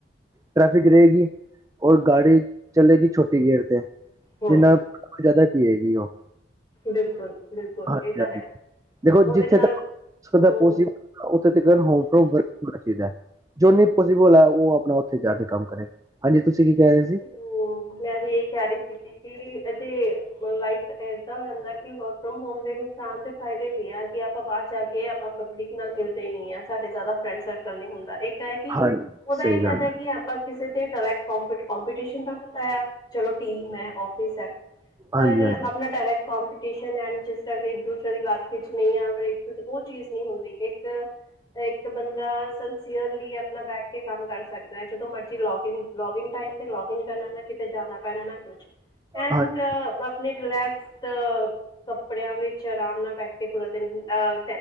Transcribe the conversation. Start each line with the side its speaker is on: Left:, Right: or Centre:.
Right: ਟ੍ਰੈਫਿਕ ਰਹੇਗੀ ਔਰ ਗਾੜੀ ਚਲੇਗੀ ਛੋਟੀ ਗੇਅਰ ਤੇ।
Left: ਹੂੰ
Right: ਜਿੰਨਾ ਜ਼ਿਆਦਾ ਪੀਏਗੀ ਉਹ।
Left: ਬਿਲਕੁਲ। ਬਿਲਕੁਲ
Right: ਹਾਂਜੀ
Left: ਇਹ ਤਾਂ
Right: ਹਾਂਜੀ
Left: ਹੈ
Right: ਦੇਖੋ
Left: ਉਹਦੇ
Right: ਜਿੱਥੇ
Left: ਨਾਲ
Right: ਤਾਂ। ਹੋ ਸਕਦਾ
Left: ਹੂੰ
Right: ਪੋਸੀਬਲ ਉੱਥੇ ਤੇ ਫੇਰ ਹੋਮ ਫੋਰਮ ਵਰਕ ਹੋਣਾ ਚਾਹੀਦਾ ਹੈ। ਜੋ ਨਹੀਂ ਪੋਸੀਬਲ ਹੈ ਉਹ ਆਪਣਾ ਉੱਥੇ ਜਾ ਕੇ ਕੰਮ ਕਰੇ ਹਾਂਜੀ। ਤੁਸੀਂ ਕੀ ਕਹਿ ਰਹੇ ਸੀ।
Left: ਹੂੰ ਮੈਂ ਵੀ ਇਹੀ ਕਹਿ ਰਹੀ ਸੀ ਕੀਗੀ ਕਿ। ਇਹ ਤੇ ਲਾਈਕ ਏਦਾਂ ਹੁੰਦਾ ਕਿ ਵਰਕ ਫਰੋਮ ਹੋਮ ਦੇ ਨੁਕਸਾਨ ਦੇ ਫਾਇਦੇ ਵੀ ਆ ਕਿ ਆਪਾਂ ਬਾਹਰ। ਜਾ ਕੇ ਆਪਾਂ ਪਬਲਿਕ ਨਾਲ ਮਿਲਦੇ ਹੀ ਨਹੀਂ ਹਾਂ ਸਾਡੇ ਜ਼ਿਆਦਾ ਫਰੈਂਡ ਸਰਕਲ ਨੀ ਹੁੰਦਾ ਇੱਕ। ਹੈ ਕਿ
Right: ਹਾਂਜੀ
Left: ਉਹਦਾ
Right: ਸਹੀ
Left: ਇਹ ਫਾਇਦਾ
Right: ਗੱਲ ਹੈ।
Left: ਕਿ ਆਪਾਂ ਕਿਸੇ ਦੇ ਡਾਇਰੈਕਟਪ ਕਪੀਟੀਸ਼ਨ ਦਾ ਹੁੰਦਾ ਆ। ਚਲੋ ਟੀਮ ਹੈ ਔਫਿਸ ਹੈ ਪਰ
Right: ਹਾਂਜੀ ਹਾਂਜੀ
Left: ਆਪਣਾ ਡਾਇਰੈਕਟ। ਕੰਪੀਟੀਸ਼ਨ ਐ ਜਿਸ ਤਰ੍ਹਾਂ ਕੀ ਇੱਕ ਦੂਸਰੇ ਦੀ ਇਲਾਕੇ 'ਚ ਨਹੀਂ ਆ ਪਰ ਇੱਥੇ ਉਹ ਚੀਜ਼ ਨਹੀਂ ਹੁੰਦੀ। ਇੱਕ ਇੱਕ ਬੰਦਾ ਸੰਸੀਅਰਲੀ ਹੈ। ਆਪਣਾ ਬੈਠ ਕੇ ਕੰਮ ਕਰ ਸਕਦਾ ਹੈ ਜਦੋਂ ਮਰਜ਼ੀ ਲੌਗਨ ਲੌਗਨ ਟਾਈਮ। ਤੇ ਲੌਗਨ ਕਰਨਾ ਨਾ ਕਿਤੇ ਜਾਣਾ ਪੈਣਾ ਨਾ ਕੁਛ। ਐਂਡ
Right: ਹਾਂਜੀ
Left: ਆਪਣੇ ਰਿਲੈਕਸ ਕੱਪੜਿਆਂ ਵਿੱਚ ਆਰਾਮ ਨਾਲ। ਬੈਠ ਕੇ ਪੂਰਾ ਦਿਨ ਅਹ।